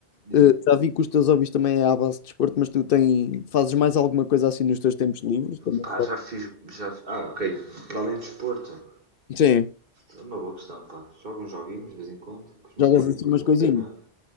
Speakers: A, on the right (about 55°); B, on the left (about 60°).
A: Diz-me.
B: eh, já vi que os teus hobbies também é à base de desporto, mas tu tem, fazes mais alguma coisa assim nos teus tempos livres? Também?
A: Pá, já fiz. Já... Ah, ok. Para além de desporto.
B: Sim,
A: É uma boa questão, pá. Jogo uns joguinhos de vez em quando com os meus
B: jogas
A: amigos,
B: assim umas
A: volta
B: coisinhas.
A: e meia.